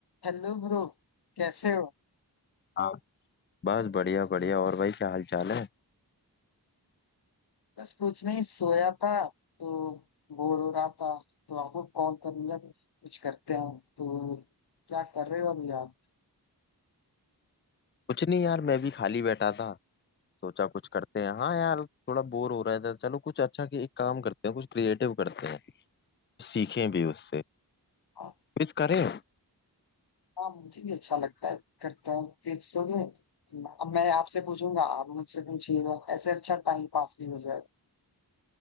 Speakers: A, on the left (about 70°); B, on the left (about 30°).
A: Hello bro कैसे हो
B: हाँ बस बढ़िया बढ़िया और भाई क्या हाल चाल है
A: बस कुछ नहीं सोया था तो बोर हो रहा था तो आपको कॉल कर लिया बस कुछ करते हैं तो क्या कर रहे हो अभी आप
B: कुछ नहीं यार मैं भी खाली बैठा था सोचा कुछ करते हैं हाँ यार थोड़ा बोर हो रहा था चलो कुछ अच्छा कि एक काम करते हैं कुछ क्रिएटिव करते हैं सीखें भी उससे
A: आप-
B: क्विज करें
A: हाँ मुझे भी अच्छा लगता है करते हैं फिक्स हो गए अब मैं आपसे पूछूंगा आप मुझसे पूछिएगा ऐसे अच्छा टाइम पास भी हो जाएगा